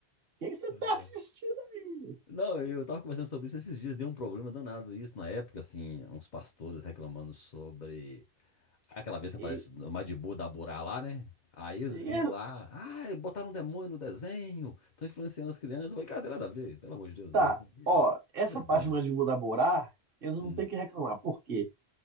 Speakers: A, on the right (about 60°); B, on the left (about 50°).
A: O que que você
B: Ah.
A: tá assistindo aí?
B: Não, eu tava conversando sobre isso esses dias, deu um problema danado isso na época, assim, uns pastores reclamando sobre Aquela vez que
A: E,
B: aparece no Madibu da Burá lá, né? Aí eles
A: e
B: viram lá, ah, botaram um demônio no desenho, estão influenciando as crianças. Eu falei, cara, não tem nada a ver, pelo amor de Deus,
A: Tá,
B: desenho. ali,
A: ó, essa
B: não Lembrar
A: parte
B: ali.
A: mais de mudar morar, eles não
B: Hum.
A: têm que reclamar. Por quê?